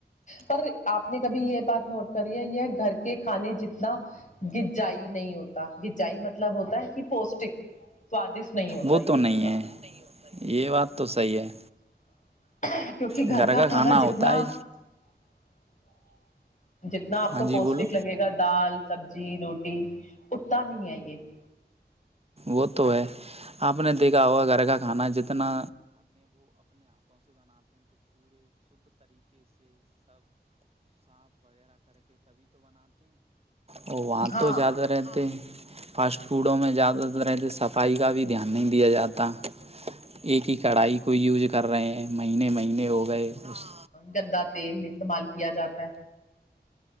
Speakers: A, on the left; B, on the right.
A: پر آپ نے کبھی یہ <unintelligible> <unintelligible>
B: وہ تو نہیں ہے یہ بات تو صحیح ہے
A: <unintelligible>
B: گھر کا کھانا ہوتا ہے
A: <unintelligible>
B: ہاں جی بولو
A: <unintelligible>
B: وہ تو ہے اپ نے دیکھا ہوگا گھر کا کھانا جتنا او وہاں
A: ہاں
B: تو جاد رہتے ہیں فاسٹ فوڈوں میں زیادہ تر ہے تو صفائی کا بھی دھیان نہیں دیا جاتا ایک ہی کڑائی کو یوز کر رہے ہیں مہینے مہینے ہو گئے اس
A: گندا تیل استعمال کیا جاتا ہے